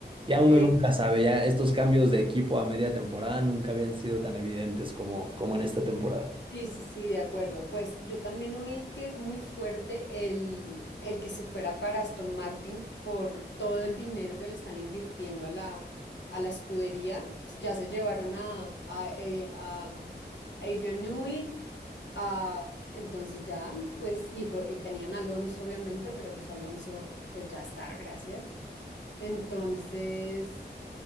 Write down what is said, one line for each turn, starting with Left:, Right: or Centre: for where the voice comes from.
Right: ya
Left: Sí.
Right: uno nunca sabe, ya estos cambios de equipo a media temporada nunca habían sido tan evidentes como, como en esta temporada.
Left: Sí, sí, sí, de acuerdo. Pues yo también oí que muy fuerte el, el que se fuera para Aston Martin por todo el dinero que le están invirtiendo a la, a la escudería. Ya se llevaron a, a, eh, a Adrian Newey, a- entonces ya, pues, y, po- y tenían a Alonso obviamente, pero pues Alonso pues ya está, gracias. Entonces...